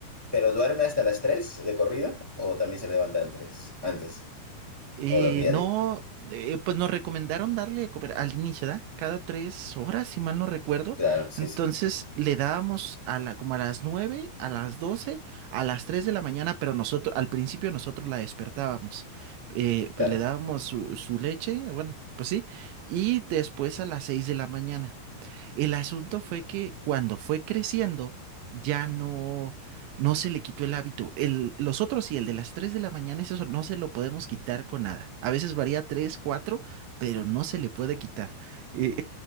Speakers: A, in the centre; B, on the right.
A: ¿Pero duerme hasta las 3 de corrido? ¿O también se levanta en tres Antes.
B: Eh,
A: ¿O dormía,
B: no,
A: digo?
B: eh, pues nos recomendaron darle de comer al inicio, ¿da? Cada tres horas, si mal no recuerdo.
A: Claro, sí,
B: Entonces
A: sí.
B: le dábamos a la, como a las nueve, a las doce, a las tres de la mañana, pero nosotros, al principio nosotros la despertábamos. Eh,
A: Claro.
B: pues, le dábamos su, su leche, bueno, pues sí, y después a las seis de la mañana. El asunto fue que cuando fue creciendo, ya no, no se le quitó el hábito. El, los otros y el de las 3 de la mañana, es eso no se lo podemos quitar con nada. A veces varía 3 cuatro pero no se le puede quitar. Eh,